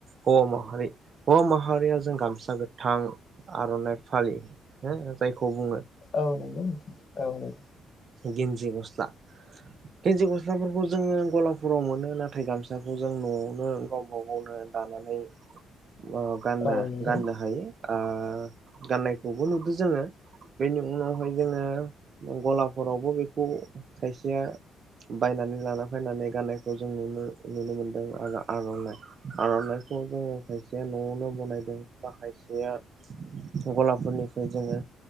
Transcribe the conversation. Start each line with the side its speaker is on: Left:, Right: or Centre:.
Right: हौवा माहारि हौवा माहारिया जों गामसा गोथां आर'नाइ फालि हो जायखौ बुङो।
Left: औ नोंगौ नोंथां औ नोंगौ।
Right: गेनजि गस्ला। गेनजि गस गस्लाफोरखौ जोङो गलाफोराव मोनो नाथाय गामसाखौ जों न'आवनो गावब गावनो दानानै अ गानना
Left: औ नंगौ
Right: गाननो हायो। ओ गाननायखौबो नुदो जोङो। बेनि उनावहाय जोङो गलाफोरावबो बेखौ खायसेया बायनानै लाना फायनानै गाननायखौ जों नुनो नुनो मोनदों आरो आर'नाइ आर'नाइखौ जोङो खायसेया न'आवनो बनायदों बा खायसेया गलाफोरनिफ्राय जोङो